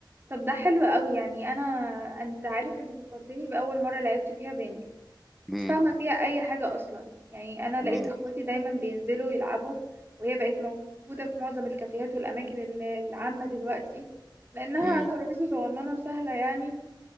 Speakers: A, on the right; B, in the centre.
A: طب ده حلو قوي يعني انا انت عارف انت فكرتني باول مره لعبت فيها بينج كنت
B: امم
A: فاهمه فيها اي حاجه اصلا يعني انا لقيت
B: امم
A: اخواتي دايما بينزلوا يلعبوا وهي بقت موجوده في معظم الكافيهات والاماكن ال- العامه دلوقتي لانها
B: امم
A: ترابيزه صغننه وسهله يعني